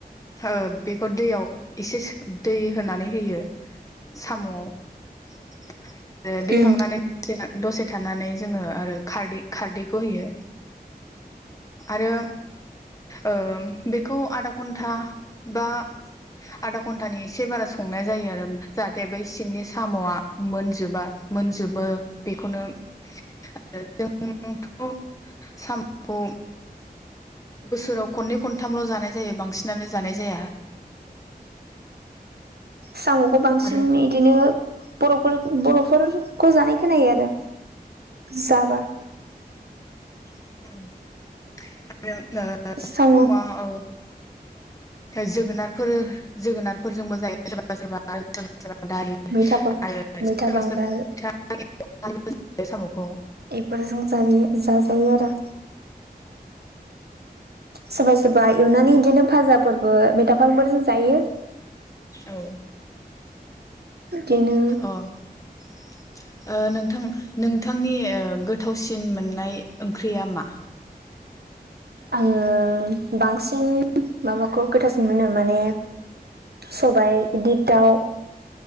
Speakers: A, on the left (about 20°); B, on the right (about 80°).
A: ओ बेखौ दैयाव एसे सो- दै होनानै होयो। साम'आव ओ दै होखांनानै
B: उम
A: दसे थानानै जोङो आरो खारदै खारदैखौ होयो। आरो ओ बेखौ आधा घन्टा बा आधा घन्टानि एसे बारा संनाय जायो आरो जाहाथे बै सिंनि साम'आ मोनजोबा मोनजोबो बेखौनो <unintelligible> जोंथ' साम'खौ बोसोराव खननै खनथामल' जानाय जायो बांसिनानो जानाय जाया।
B: साम'खौ बांसिन
A: आरो
B: इदिनो बर'फोर बर'फोर खौ जानाय खोनो आरो जाबा
A: उम <unintelligible>
B: साम'
A: जोगोनारफोर जोगोनारफोरजोंबो जायो। सोरबा सोरबा सोरबा सोरबा दालि
B: मैथा बा
A: आरो सोरबा
B: मैथा बांगाल
A: सोरबा <unintelligible> साम'खौ
B: इफोरजों जायो जाजायो आरो। सोरबा सोरबा एवनानै इदिनो फाजाफोरबो मैथा फालफोरजों जायो।
A: औ
B: बिदिनो
A: अ ओ नोंथां नोंथांनि गोथावसिन मोननाय ओंख्रिया मा?
B: आङो बांसिन माबाखौ गोथावसिन मोनो माने सबाइ इदिर दाउ